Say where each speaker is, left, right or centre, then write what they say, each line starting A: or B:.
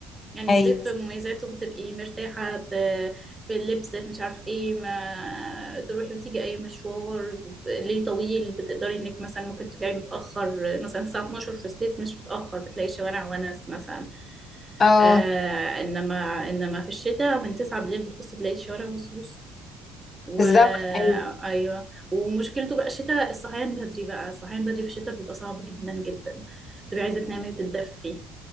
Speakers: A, on the right; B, on the left.
A: يعني
B: ايوه
A: الصيف مميزاته بتبقي مرتاحة ت- في اللبس في مش عارف ايه ما تروحي وتيجي اي مشوار ليل طويل بتقدري انك مثلا ممكن ترجعي متأخر مثلا الساعة 12 في الصيف مش متأخر بتلاقي الشوارع ونس مثلا
B: اه
A: آه انما انما في الشتاء من 9 بالليل بتبصي تلاقي الشوارع مصوص و
B: بالظبط ايوه
A: ايوه ومشكلته بقى الشتاء الصحيان بدري بقى الصحيان بدري في الشتاء بيبقى صعب جدا جدا بتبقي عايزة تنامي وتتدفي